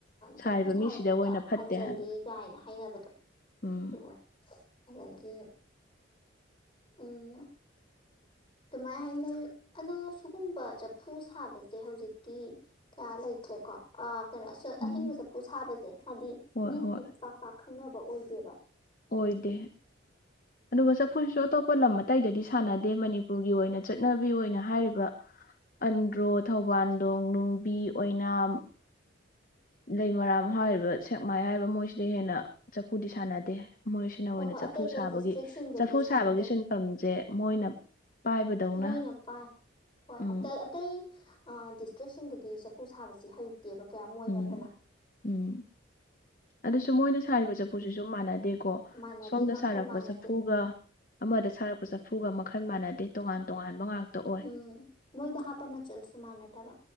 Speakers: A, on the left; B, on the left.
A: ꯆꯐꯨ
B: ꯁꯥꯔꯤꯕ
A: ꯁꯥꯕ
B: ꯃꯤꯁꯤꯗ
A: ꯃꯤꯗ
B: ꯑꯣꯏꯅ ꯐꯠꯇꯦ
A: ꯍꯟꯖꯤꯜꯂꯤ
B: ꯍꯥꯏꯕ
A: ꯀꯥꯏꯅ ꯍꯥꯏꯅꯕꯗꯣ ꯑꯗꯨ
B: ꯎꯝ
A: ꯑꯣꯏ ꯑꯗꯒꯤ ꯎꯝ ꯑꯗꯨꯃꯥꯏ ꯍꯥꯏꯅꯩ ꯑꯗꯣ ꯁꯨꯒꯨꯝꯕ ꯆꯐꯨ ꯁꯥꯕꯁꯦ ꯍꯧꯖꯤꯛꯇꯤ ꯀꯌꯥ ꯂꯩꯇ꯭ꯔꯦ ꯀꯣ ꯀꯩꯅꯣ
B: ꯎꯝ
A: ꯑꯍꯤꯡꯕ ꯆꯐꯨ ꯁꯥꯕꯁꯦ ꯍꯥꯏꯗꯤ
B: ꯍꯣꯏ
A: ꯃꯤꯅ
B: ꯍꯣꯏ
A: ꯍꯦꯛ ꯄꯥꯛ ꯄꯥꯛ ꯈꯪꯅꯕ ꯑꯣꯏꯗꯦꯕ
B: ꯑꯣꯏꯗꯦ ꯑꯗꯨꯒ ꯆꯐꯨꯁꯨ ꯑꯇꯣꯞꯄ ꯂꯝ ꯑꯇꯩꯗꯗꯤ ꯁꯥꯟꯅꯗꯦ ꯃꯅꯤ ꯄꯨꯔꯒꯤ ꯑꯣꯏꯅ ꯆꯠꯅꯕꯤ ꯑꯣꯏꯅ ꯍꯥꯏꯔꯤꯕ ꯑꯟꯗ꯭ꯔꯣ ꯊꯧꯕꯥꯜꯗꯣꯡ ꯅꯨꯡꯕꯤ ꯑꯣꯏꯅꯥꯝ ꯂꯩꯃꯔꯥꯝ ꯍꯥꯏꯔꯤꯕ ꯁꯦꯛꯃꯥꯏ ꯍꯥꯏꯔꯤꯕ ꯃꯣꯏꯁꯤꯗ ꯍꯦꯟꯅ ꯆꯐꯨꯗꯤ ꯁꯥꯟꯅꯗꯦ ꯃꯣꯏꯁꯤꯅ
A: ꯍꯣꯏ
B: ꯑꯣꯏꯅ
A: ꯍꯣꯏ
B: ꯆꯐꯨ
A: ꯑꯇꯩ ꯑꯇꯩ
B: ꯁꯥꯕꯒꯤ
A: ꯗꯤꯁꯇ꯭ꯔꯤꯛꯁꯤꯡꯗꯗꯤ
B: ꯆꯐꯨ
A: ꯁꯥꯟꯅꯗꯦ
B: ꯁꯥꯕꯒꯤ ꯁꯤꯟꯐꯝꯁꯦ ꯃꯣꯏꯅ ꯄꯥꯏꯕꯗꯧꯅ
A: ꯃꯣꯏꯅ ꯄꯥꯏ ꯍꯣꯏ
B: ꯎꯝ
A: ꯑꯇꯩ ꯑꯇꯩ ꯗꯤꯁꯇ꯭ꯔꯤꯛ ꯁꯤꯡꯗꯗꯤ ꯆꯐꯨ ꯁꯥꯕꯁꯤ ꯍꯩ ꯇꯦꯕ ꯃꯣꯏ
B: ꯎꯝ
A: ꯅꯠꯇꯅ
B: ꯎꯝ ꯑꯗꯨꯁꯨ ꯃꯣꯏꯅ ꯁꯥꯔꯤꯕ ꯆꯐꯨꯁꯤꯁꯨ ꯃꯥꯟꯅꯗꯦ ꯀꯣ
A: ꯃꯥꯟꯅꯗꯦ
B: ꯁꯣꯝꯗ
A: ꯃꯈꯜ
B: ꯁꯥꯔꯛꯄ
A: ꯃꯥꯟꯅꯗꯦ
B: ꯆꯐꯨꯒ ꯑꯃꯗ ꯁꯥꯔꯛꯄ ꯆꯐꯨꯒ ꯃꯈꯜ ꯃꯥꯟꯅꯗꯦ ꯇꯣꯉꯥꯟ ꯇꯣꯉꯥꯟꯕ ꯉꯥꯛꯇ ꯑꯣꯏ
A: ꯎꯝ ꯃꯣꯏꯗ ꯍꯥꯞꯄ ꯃꯆꯜꯁꯨ ꯃꯥꯟꯅꯗꯕ